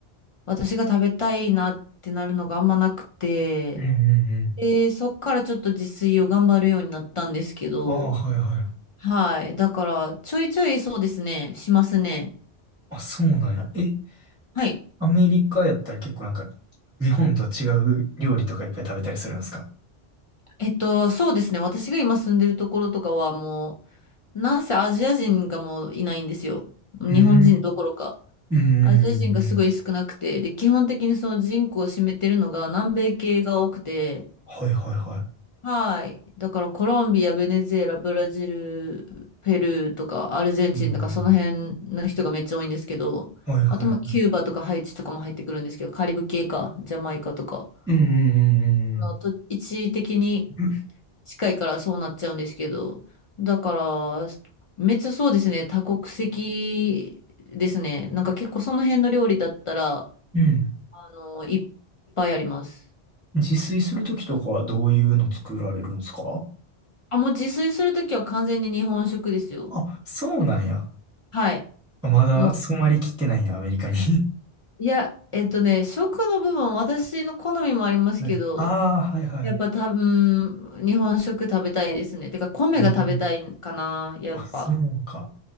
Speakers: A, on the left (about 45°); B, in the centre.
A: 私が食べたいなってなるのがあんまなくて、
B: うんね
A: で、そっからちょっと自炊を頑張るようになったんですけど、
B: うんうん。ああ、はいはい。
A: はい。だから、ちょいちょいそうですね、しますね。
B: あ、そうなんや。え、
A: はい。
B: アメリカやったら結構なんか日本と違う料理とかいっぱい食べたりするんですか
A: えっと、そうですね。私が今住んでるところとかはもう、なんせアジア人がもういないんですよ。日本人どころか。
B: うん。うんうんうん。
A: アジア人がすごい少なくて、で、基本的にその人口を占めてるのが南米系が多くて、
B: はいはいはい。
A: はい。だからコロンビア、ベネズエラ、ブラジル、ペルーとかアルゼンチンとかその辺の人がめっちゃ多いんですけど、
B: うんうんはいはい。
A: あとまあキューバとかハイチとかも入ってくるんですけど、カリブ系か、ジャマイカとか、
B: うんうんうん
A: あのと一時的に
B: うん。
A: 近いからそうなっちゃうんですけど。だから、めっちゃそうですね、多国籍ですね。なんか結構その辺の料理だったら、
B: うん。うん
A: あの、いっぱいあります。
B: 自炊するときとかはどういうの作られるんですか
A: あ、もう自炊するときは完全に日本食ですよ。
B: あ、そうなんや。
A: はい。
B: まだ染まりきってないんや、
A: もう、
B: アメリカに。
A: いや、えっとね、食の部分、私の好みもありますけど、
B: はい。ああ、はいは
A: やっぱ多分、日本食食べたいですね。てか、米が食べたいかな、
B: い。えー
A: やっぱ。
B: あ、そうか。